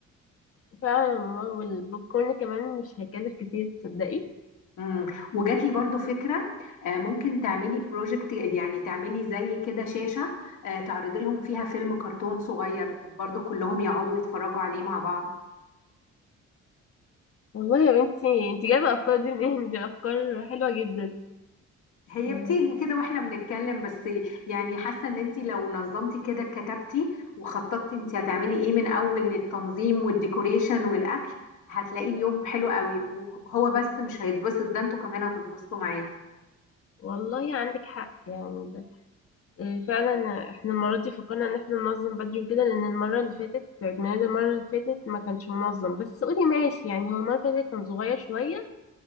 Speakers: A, on the left (about 50°); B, on the left (about 75°).
A: فعلا والله والبوب كورن كمان مش هيكلف كتير تصدقي
B: مم. وجات لي برضو فكرة آه، ممكن تعملي بروجكت يعني تعملي زي كده شاشة آه، تعرضي لهم فيها فيلم كرتون صغير برضو كلهم يقعدوا يتفرجوا عليه مع بعض
A: والله يا بنتي انت جايبه افكار دي منين دي افكار حلوه جدا
B: هي
A: آه،
B: بتيجي كده واحنا بنتكلم بس يعني حاسة ان انت لو نظمتي كده كتبتي وخططتي انت هتعملي ايه من اول للتنظيم والديكوريشن والاكل هتلاقي اليوم حلو قوي وهو بس مش هيتبسط ده انتوا كمان هتتبسطوا معاه
A: والله عندك حق يعني ده إيه، فعلا احنا المرة دي فكرنا ان احنا ننظم بدري كده لان المرة اللي فاتت عيد ميلاد المرة اللي فاتت ما كانش منظم بس قولي ماشي يعني هو المرة اللي فاتت كان صغير شوية